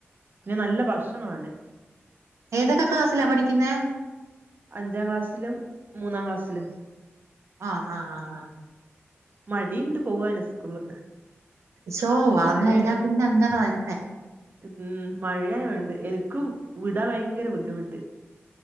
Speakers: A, on the right; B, on the right.
A: പിന്നെ നല്ല ഭക്ഷണമാണ്
B: ഏതൊക്കെ ക്ലാസ്സിലാ പഠിക്കുന്ന
A: അഞ്ചാം ക്ലാസ്സിലും മൂന്നാം ക്ലാസ്സിലും
B: ആ ആ ആ ആ
A: മടിണ്ട് പോവാന് സ്കൂൾല്
B: ശോ വളർന്ന്
A: മയെ
B: കഴിഞ്ഞാ പിന്നെ അങ്ങനെ തന്നെ
A: ഉം മഴയായോണ്ട് എനിക്കും വിടാ ഭയങ്കര ബുദ്ധിമുട്ട്